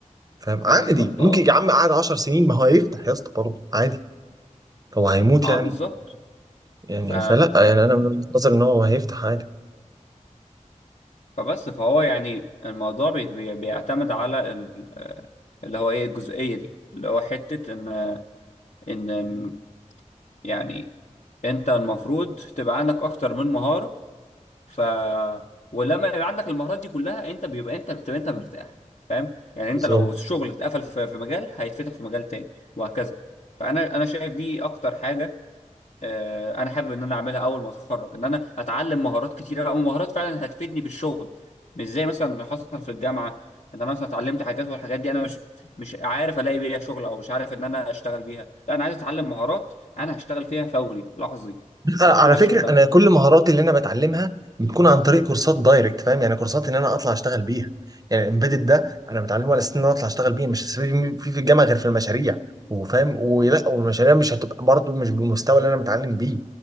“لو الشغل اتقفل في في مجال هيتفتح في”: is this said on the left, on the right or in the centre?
Left